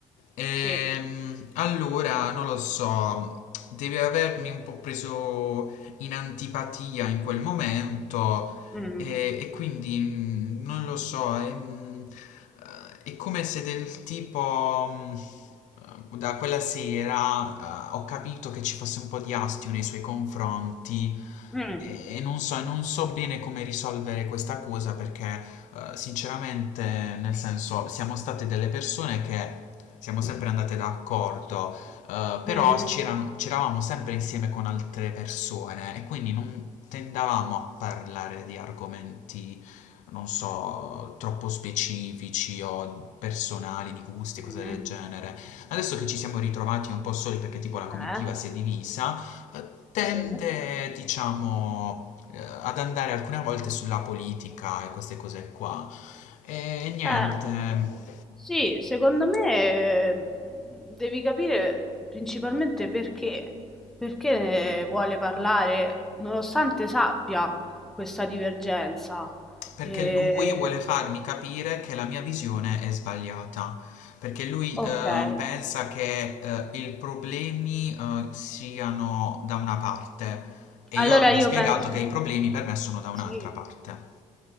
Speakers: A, on the left; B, in the centre.
A: Ehm,
B: sì.
A: allora, non lo so, deve avermi un po' preso in antipatia in quel momento
B: Mm,
A: e, e quindi mh, non lo so, è, mh, eh, è come se del tipo, mh, eh, da quella sera, eh, ho capito che ci fosse un po' di astio nei suoi confronti
B: mm,
A: e, e non so, e non so bene come risolvere questa cosa perché, eh, sinceramente, nel senso, siamo state delle persone che siamo sempre andate d'accordo eh, però
B: mm,
A: c'erano- c'eravamo sempre insieme con altre persone e quindi non tendavamo a parlare di argomenti, non so, troppo specifici o personali, di gusti e
B: mm.
A: cose del genere. Adesso che ci siamo ritrovati un po' soli perché tipo la comitiva
B: Eh,
A: si è divisa, eh, tende,
B: sì.
A: diciamo, eh, ad andare alcune volte sulla politica e queste cose qua. E niente,
B: Eh, sì, secondo me eh, devi capire principalmente perché. Perché eh, vuole parlare, nonostante sappia questa divergenza.
A: perché
B: Eh,
A: lui vuole farmi capire che la mia visione è sbagliata, perché lui
B: ok.
A: eh, pensa che eh, i problemi eh, siano da una parte e
B: Allora
A: io gli
B: io
A: ho spiegato
B: penso,
A: che i problemi per me sono da un'altra
B: sì,
A: parte.